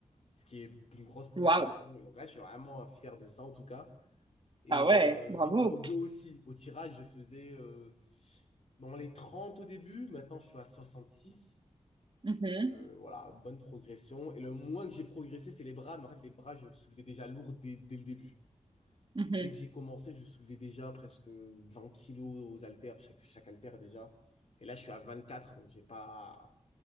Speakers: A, on the left; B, on the right.
A: ce qui est une grosse progression.
B: Waouh.
A: Et donc là, je suis vraiment fier de ça en tout cas. Et,
B: Ah ouais.
A: euh,
B: Bravo.
A: et niveau dos aussi, au tirage, je faisais euh, dans les 30 au début, maintenant je suis à 66.
B: Mhm.
A: Donc euh, voilà, bonne progression. Et le moins que j'ai progressé, c'est les bras. Mais en fait, les bras, je soulevais déjà lourd dès, dès le début.
B: Mhm.
A: Dès que j'ai commencé, je soulevais déjà presque 20 kilos aux haltères, chaque, chaque haltère déjà. Et là, je suis à 24. donc j'ai pas.